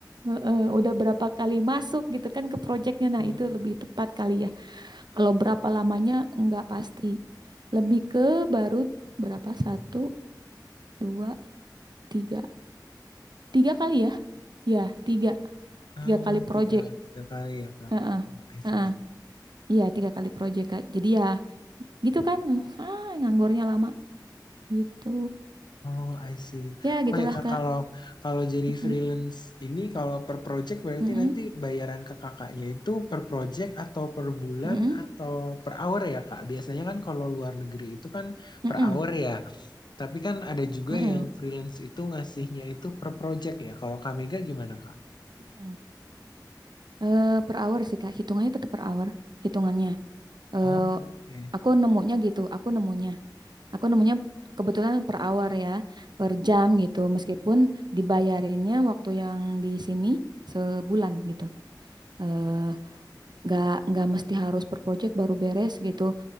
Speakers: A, on the right; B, on the left.
A: Heeh, udah berapa kali masuk gitu kan ke projectnya nah
B: Hmm.
A: itu lebih tepat kali ya Kalau berapa lamanya nggak pasti. Lebih ke baru berapa? Satu, dua, tiga. Tiga kali ya? Ya, tiga. Tiga
B: Oh,
A: kali project.
B: tiga, tiga kali ya Kak.
A: Heeh.
B: Hmm, I
A: Heeh.
B: see,
A: Iya, tiga kali project, Kak. Jadi ya gitu kan. Ah, nganggurnya lama. Gitu.
B: Oh, I see.
A: Ya, gitulah,
B: Oh ya kak,
A: Kak.
B: kalau kalau jadi
A: Mm-mm.
B: freelance ini kalau per project berarti
A: Mm-mm.
B: nanti bayaran ke kakaknya itu per project atau per bulan
A: Mm-mm.
B: atau per hour ya kak? Biasanya kan kalau luar negeri itu kan
A: Mm-mm.
B: per hour ya. Tapi kan ada juga
A: Mm-mm.
B: yang freelance itu ngasihnya itu per project ya. Kalau Kamega gimana kak?
A: Mm-mm. Eh, per hour sih, Kak. Hitungannya tetap per hour. Hitungannya. Eh,
B: Oh, oke.
A: aku nemunya gitu. Aku nemunya. Aku nemunya kebetulan per hour ya, per jam gitu. Meskipun dibayarinnya waktu yang di sini sebulan gitu. Eh, nggak nggak mesti harus per project baru beres gitu,